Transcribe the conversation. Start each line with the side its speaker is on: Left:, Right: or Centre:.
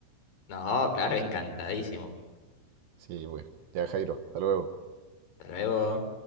Left: No, claro, encantadísimo.
Right: Sí, pues, ya Jairo, hasta luego.
Left: Hasta luego.